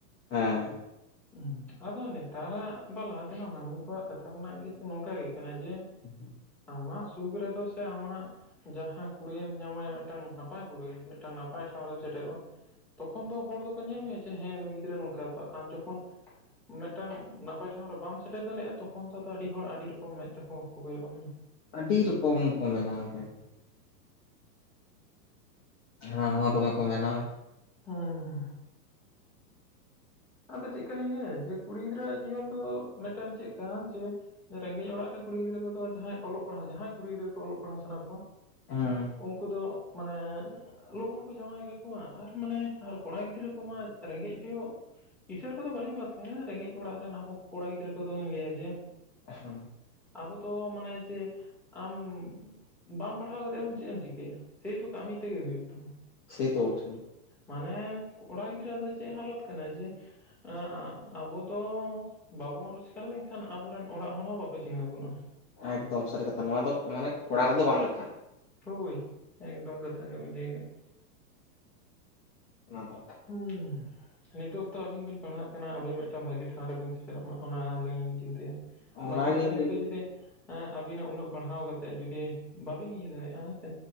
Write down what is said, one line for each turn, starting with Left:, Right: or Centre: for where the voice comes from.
Left: ᱦᱮᱸ
Centre: <unintelligible> ᱟᱫᱚ ᱱᱮᱛᱟᱨᱟᱜ ᱫᱚ ᱞᱟᱦᱟ ᱛᱮᱱᱟᱜ ᱢᱟᱹᱱᱢᱤ ᱠᱚᱣᱟᱜ ᱠᱟᱛᱷᱟ ᱨᱮᱱᱟᱜ ᱜᱮᱪ ᱱᱚᱝᱠᱟ ᱜᱮ ᱠᱟᱱᱟ ᱡᱮ
Left: <inaudible>
Centre: ᱟᱢᱟᱜ ᱥᱩᱠ ᱨᱮᱫᱚ ᱥᱮ ᱟᱢᱟᱜ ᱡᱟᱦᱟᱸ ᱠᱩᱲᱟᱹᱭ ᱭᱮᱢ ᱧᱟᱢᱟᱭ ᱢᱤᱫᱴᱟᱝ ᱱᱟᱯᱟᱭ ᱠᱩᱲᱟᱹᱭ ᱾ ᱢᱤᱫᱴᱟᱝ ᱱᱟᱯᱟᱭ ᱴᱷᱟᱶ ᱨᱮᱢ ᱥᱮᱴᱮᱨᱚᱜᱼᱟ ᱛᱚᱠᱷᱚᱱ ᱫᱚ ᱦᱚᱲ ᱫᱚᱠᱚ ᱧᱮᱞ ᱢᱮᱭᱟ ᱾ ᱦᱮᱸ ᱱᱩᱭ ᱜᱤᱫᱽᱨᱟᱹ ᱱᱚᱝᱠᱟ ᱵᱮᱯᱟᱨ ᱟᱢ ᱡᱚᱠᱷᱚᱱ ᱢᱮᱫᱴᱟᱝ ᱱᱟᱯᱟᱭ ᱴᱷᱟᱶ ᱨᱮ ᱵᱟᱢ ᱥᱮᱴᱮᱨ ᱫᱟᱲᱮᱜᱼᱟ ᱛᱚ ᱠᱷᱚᱱ ᱫᱚ ᱟᱹᱰᱤ ᱦᱚᱲ ᱟᱹᱰᱤ ᱨᱚᱠᱚᱢ ᱢᱮᱫ ᱛᱮᱠᱚ ᱠᱚ ᱠᱚᱭᱚᱜ ᱟᱢᱟ ᱾
Left: ᱟᱰᱤ ᱨᱚᱠᱚᱢ ᱠᱚ ᱢᱮᱱᱟ <unintelligible> ᱾ ᱦᱟᱱᱟ ᱱᱟᱣᱟ ᱫᱚᱢᱮ ᱠᱚ ᱢᱮᱱᱟ ᱾
Centre: ᱦᱮᱸᱻ᱾ ᱟᱫᱚ ᱪᱮᱫ ᱠᱟᱞᱤᱧ ᱞᱟᱹᱭᱟ ᱡᱮ ᱠᱩᱲᱤ ᱜᱤᱫᱽᱨᱟᱹ ᱟᱜ ᱡᱤᱭᱚᱱ ᱫᱚ ᱢᱤᱫᱴᱟᱝ ᱪᱮᱫ ᱠᱟᱱᱟ ᱡᱮ ᱨᱮᱸᱜᱮᱡ ᱚᱲᱟᱜ ᱨᱮ ᱠᱩᱲᱤ ᱜᱤᱫᱽᱨᱟᱹ ᱠᱚᱫᱚ ᱡᱟᱦᱟᱸᱭ ᱚᱞᱚᱜ ᱯᱟᱲᱦᱟᱣ ᱡᱟᱦᱟᱸᱭ ᱠᱩᱲᱤ ᱜᱤᱫᱽᱨᱟᱹ ᱠᱚ ᱚᱞᱚᱜ ᱯᱟᱲᱦᱟᱣ ᱥᱟᱱᱟ ᱠᱚ,
Left: ᱦᱮᱸ
Centre: ᱩᱝᱠᱩ ᱫᱚ, ᱢᱟᱱᱮ ᱞᱚᱜᱚᱱ ᱠᱚ ᱡᱟᱶᱟᱭ ᱠᱟᱠᱚᱣᱟ ᱟᱨ ᱢᱟᱱᱮ ᱟᱨ ᱠᱚᱲᱟ ᱜᱤᱫᱽᱨᱟᱹ ᱠᱚᱢᱟ ᱨᱮᱸᱜᱮᱡ ᱦᱳᱭᱩᱜ ᱠᱥᱟᱹᱬ ᱠᱚᱫᱚ ᱵᱟᱹᱞᱤᱧ <unintelligible> ᱮᱸᱻ ᱨᱮᱸᱜᱮᱡ ᱚᱲᱟᱜ ᱨᱮᱱ ᱟᱵᱚ ᱠᱚᱲᱟ ᱜᱤᱫᱽᱨᱟᱹ ᱠᱚᱫᱚᱧ ᱞᱟᱹᱭᱟ ᱡᱮ ᱾
Left: <inaudible>
Centre: ᱟᱵᱚ ᱫᱚ ᱢᱟᱱᱮ ᱡᱮ ᱾ ᱟᱢ ᱵᱟᱢ ᱯᱟᱲᱦᱟᱣ ᱠᱟᱛᱮᱜ ᱦᱚᱸᱢ ᱪᱮᱜ ᱮᱢ ᱪᱤᱠᱟᱹᱭᱟ ᱥᱮᱭ ᱛᱚ ᱠᱟᱹᱢᱤ ᱛᱮᱜᱮ ᱦᱩᱭᱩᱜ ᱛᱟᱢᱟ ᱾
Left: ᱥᱮᱭᱛᱚ ᱵᱚᱴᱷᱮ ᱾
Centre: ᱢᱟᱱᱮ ᱠᱚᱲᱟ ᱜᱤᱫᱽᱨᱟᱹᱣᱟᱜ ᱫᱚ ᱪᱮᱫ ᱦᱟᱞᱚᱛ ᱠᱟᱱᱟ ᱡᱮ ᱾ ᱟᱹᱻ ᱟᱹᱻ ᱟᱵᱚ ᱫᱚ ᱵᱟᱵᱚᱱ ᱨᱚᱪᱠᱟᱨ ᱞᱮᱱᱠᱷᱟᱱ ᱟᱵᱚᱨᱮᱱ ᱚᱲᱟᱜ ᱦᱚᱲ ᱦᱚᱸ ᱵᱟᱠᱚ ᱪᱤᱱᱦᱟᱹᱣ ᱵᱚᱱᱟ ᱾
Left: ᱮᱠᱫᱚᱢ ᱥᱟᱹᱨᱤ ᱠᱟᱛᱷᱟ ᱱᱚᱣᱟ ᱫᱚ ᱢᱟᱱᱮᱜ ᱠᱚᱲᱟ ᱨᱮᱫᱚ ᱵᱟᱢ ᱞᱮᱠᱷᱟᱜ-ᱟ ᱾
Centre: ᱦᱳᱭ ᱮᱠᱫᱚᱢ ᱠᱟᱛᱷᱟ ᱜᱮᱵᱮᱱ ᱞᱟᱹᱭ ᱠᱟᱜᱼᱟ ᱾
Left: ᱚᱱᱟ ᱫᱚ,
Centre: ᱦᱩᱸᱢ ᱱᱤᱛᱚᱜ ᱚᱠᱛᱚ ᱟᱹᱵᱤᱱ ᱵᱤᱱ ᱯᱟᱲᱦᱟᱜ ᱠᱟᱱᱟ ᱟᱹᱵᱤᱱ ᱢᱤᱫᱴᱟᱝ ᱵᱷᱟᱹᱜᱤ ᱴᱷᱟᱶ ᱨᱮᱵᱤᱱ ᱥᱮᱴᱮᱨᱚᱜ ᱢᱟ ᱚᱱᱟ ᱟᱞᱤᱧ ᱞᱤᱧ ᱪᱤᱱᱛᱟᱹᱭᱟ ᱾
Left: ᱚᱱᱟᱜᱮ
Centre: ᱵᱟᱠᱷᱟᱡ ᱟᱫᱚ
Left: ᱦᱮᱸ
Centre: ᱱᱤᱛᱚᱜ ᱡᱩᱫᱤ ᱮᱜ ᱟᱵᱤᱱᱟᱜ ᱩᱱᱟᱹᱜ ᱯᱟᱲᱦᱟᱣ ᱠᱟᱛᱮᱫ ᱡᱩᱫᱤ ᱵᱟᱵᱤᱱ ᱤᱭᱟᱹ ᱫᱟᱲᱮᱜᱼᱟ ᱦᱮᱸᱥᱮ